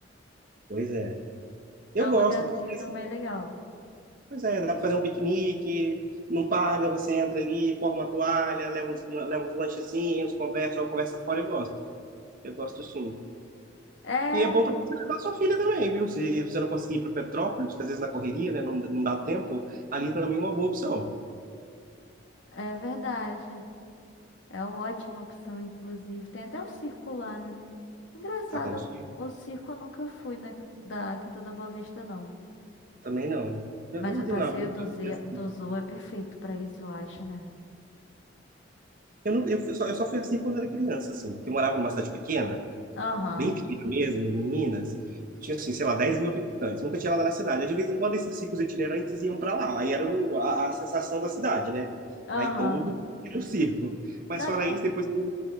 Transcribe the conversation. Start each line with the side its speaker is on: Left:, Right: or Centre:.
Right: Pois é. Eu
Left: É um
Right: gosto,
Left: lugarzinho
Right: porque
Left: também legal.
Right: Pois é, dá para fazer um piquenique, não paga, você entra ali, forma a toalha, leva uns, leva uns lanchezinhos, conversa, joga conversa fora, eu gosto. Eu gosto sim.
Left: É,
Right: E é bom para levar sua filha também, viu? Se você não conseguir ir para Petrópolis, que às vezes na correria, né, não, não dá tempo, ali também é uma boa opção.
Left: é verdade. É uma ótima opção, inclusive. Tem até o circo lá, né? Engraçado,
Right: Tá tendo filho?
Left: o circo eu nunca fui na, da Quinta da Boa Vista, não.
Right: Também não. Eu
Left: Mas
Right: não
Left: o
Right: tenho
Left: passeio
Right: lá muita
Left: do, Z,
Right: assim.
Left: do Zoo é perfeito pra isso, eu acho, né?
Right: Eu, não, eu, fui só, eu só fui assim quando era criança, assim, porque eu morava numa cidade pequena.
Left: Aham,
Right: bem pequena mesmo, em Minas, tinha, assim, sei lá, dez mil habitantes, nunca tinha lá na cidade. Aí, de vez em quando, esses circos itinerantes iam para lá, aí era o- a, a sensação da cidade, né?
Left: aham.
Right: Aí todo mundo era o circo. Mas
Left: Não,
Right: fora
Left: e eu,
Right: isso, depois, que eu-